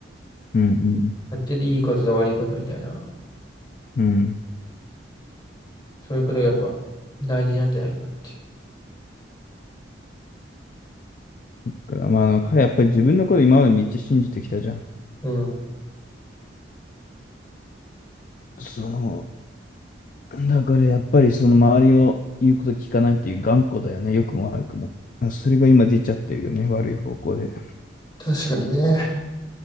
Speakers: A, on the left; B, on the left.
A: うん
B: ってていいことと悪いことみたいな。
A: うん。うん。
B: そういうことがやっぱ大事なんじゃないかってい
A: だからまあなんかやっぱり自分のこと今までめっちゃ信じてきたじゃん。
B: う。うん。
A: その、だからやっぱりその周りを言うこと聞かないっていう頑固だよね。良くも悪くも。あそれが今出ちゃってるよね。悪い方向で。
B: 確かにね。